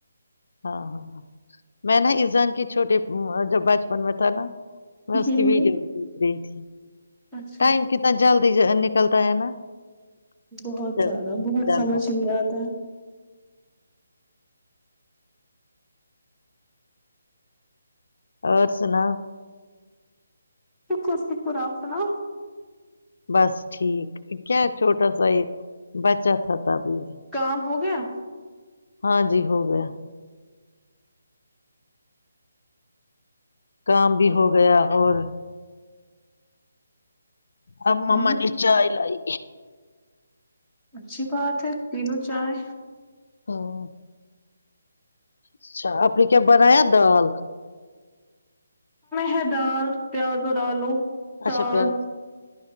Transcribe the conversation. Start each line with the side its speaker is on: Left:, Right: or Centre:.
Left: ہاں ہاں ہاں۔ میں نا اسسان کی چھوٹے جب بچپن میں تھا نا بس
Centre: ہوں
Left: کی بھی
Centre: ہوں
Left: جری گئی تھی <unintelligible>
Centre: اچھا
Left: ٹائم کتنا جلد نک نکلتا ہے نا <unintelligible>
Centre: بہت
Left: جب
Centre: زیادہ
Left: اس میں
Centre: بہت
Left: چلنا
Centre: سمجھ ل آتا ہے
Left: اور سنا
Centre: شکر شکر آپتنا
Left: بس ٹھیک کیا چھوٹا سا یہ بچا تھا ت بھیھی <unintelligible>
Centre: کام ہو گیا <unintelligible>
Left: ہاں جی ہو گیا کام بھی ہو گیا اور آ مما
Centre: اور
Left: نے چائے لائی
Centre: اچھی بات ہے تینوں چائے
Left: ہاں اچھا آپ نے کیا بنایا دال
Centre: ہے دال پیاز اور آلو ساگ
Left: اچھا پیاز